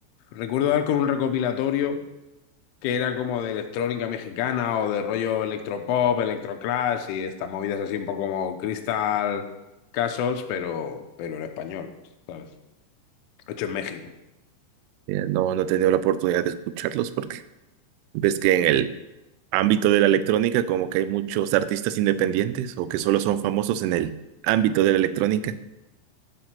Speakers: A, on the left (about 80°); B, on the right (about 85°).
A: recuerdo dar con un recopilatorio que era como de electrónica mexicana o de rollo electropop, electroclash y estas movidas así un poco como Crystal Castles, pero, pero en español, ¿sabes? Hecho en México.
B: Eh, no, no he tenido la oportunidad de escucharlos porque ves que en el ámbito de la electrónica como que hay muchos artistas independientes o que solo son famosos en el ámbito de la electrónica.